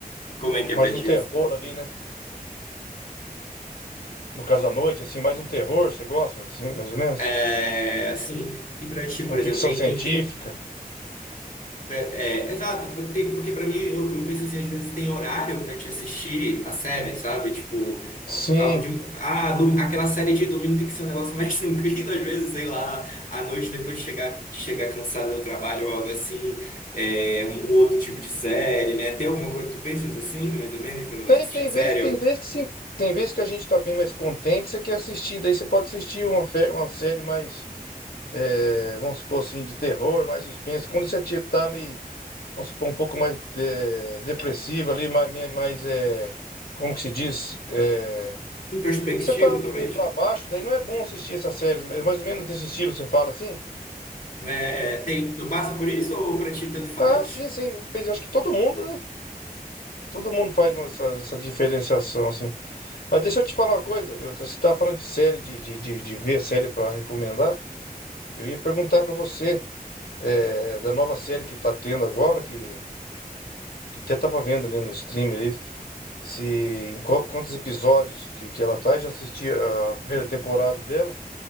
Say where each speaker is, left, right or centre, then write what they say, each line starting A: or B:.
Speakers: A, on the left; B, on the left.
A: Como é que
B: Mais
A: é pra ti
B: um terror
A: isso?
B: ali, né? No caso à noite, assim, mais um terror, você gosta, assim, mais ou menos?
A: É, assim, e pra ti,
B: Uma
A: por exemplo,
B: ficção
A: tem,
B: científica?
A: tem pra- é, exato, porque tem, porque pra mim, eu, eu penso assim, às vezes tem horário pra te assistir a série, sabe? Tipo,
B: Sim.
A: A, de, ah do- aquela série de domingo tem que ser um negócio mais <laughs> tranquilo, às vezes, sei lá, à noite depois de chegar, de chegar cansado do trabalho ou algo assim, é, um um outro tipo de série, né? Tem alguma coisa que tu pensas assim, mais ou menos, quando vai
B: Tem,
A: assistir
B: tem vezes,
A: série?
B: tem
A: Ou
B: vezes que sim. Tem vezes que a gente tá bem mais contente, você quer assistir. Daí você pode assistir uma, fe- uma série mais, é, vamos supor assim, de terror, mais suspense. Quando você te- tá meio, vamos supor, um pouco mais de- depressivo ali, mais, mais mais, é, como que se diz? É,
A: Introspectivo,
B: você tá
A: talvez?
B: meio pra baixo, daí não é bom assistir essas séries. É Mais ou menos nesse estilo, você fala assim?
A: É, tem, tu passa por isso ou pra ti tanto faz?
B: Ah, sim, sim. Eu Acho que todo mundo, né? Acho que todo mundo faz essa, essa diferenciação, assim. Mas deixa eu te falar uma coisa. Eu, você estava falando de série, de, de, de, de ver série para recomendar. Eu ia perguntar para você é, da nova série que tá tendo agora, que, que até estava vendo ali no stream ali, se em qual- quantos episódios que, que ela tá. Eu já assisti a primeira temporada dela,